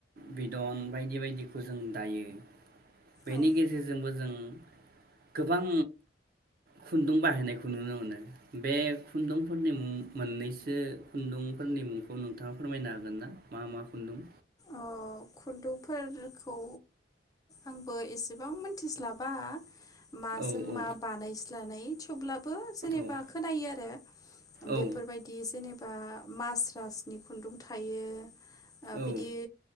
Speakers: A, on the right; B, on the left.
A: बिदन बायदि बायदिखौ जों दायो बेनि
B: औ
A: गेजेरजोंबो जों गोबां खुन्दुं बाहायनायखौ नुनो मोनो बे खुन्दुंफोरनि मुं मोननैसो खुन्दुंफोरनि मुंखौ नोंथाङा फोरमायनो हागोन ना? मा मा खुन्दुं?
B: अ खुन्दुंफोरखौ आंबो एसेबां मिथिस्लाबा माजों
A: औ औ
B: मा बानायस्लानाय थेवब्लाबो जेनेबा
A: औ
B: खोनायो आरो
A: औ
B: बेफोरबायदि जेनेबा मास्रास नि खुन्दुं थायो। ओ
A: औ
B: बिदि